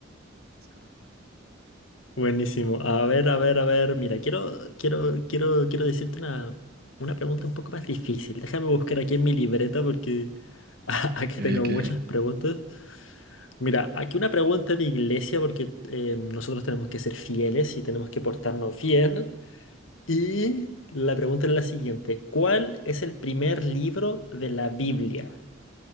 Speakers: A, on the right; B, on the left.
A: Es correcto.
B: Buenísimo. A ver, a ver, a ver. Mira, quiero, quiero, quiero, quiero decirte una, una pregunta un poco más difícil. Déjame buscar aquí en mi libreta porque <laughs> aquí
A: Ok,
B: tengo muchas
A: ok.
B: preguntas. Mira, aquí una pregunta de iglesia porque eh, nosotros tenemos que ser fieles y tenemos que portarnos bien. Y la pregunta es la siguiente. ¿Cuál es el primer libro de la Biblia?